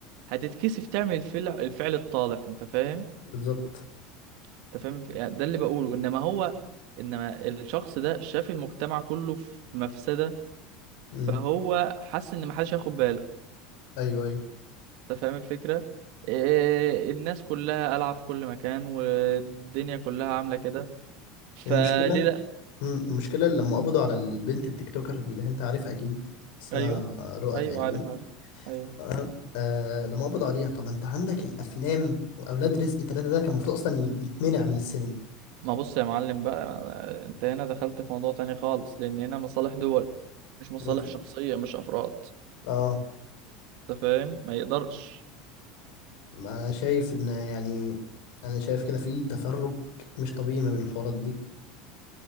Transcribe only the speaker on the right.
هتتكسف تعمل الفعل الفعل الطالح أنت فاهم؟
أنت فاهم الف- ده اللي بقوله إنما هو إنما الشخص ده شاف المجتمع كله في مفسدة
فهو حس إن محدش هياخد باله
انت فاهم الفكرة إيه الناس كلها قلعة في كل مكان والدنيا كلها عاملة كده فليه
لأ
أيوه
أيوه
عارف عارف أيوه
ما بص يا معلم بقى انت هنا دخلت في موضوع تاني خالص لأن هنا مصالح دول مش مصالح
شخصية مش أفراد
انت فاهم ما يقدرش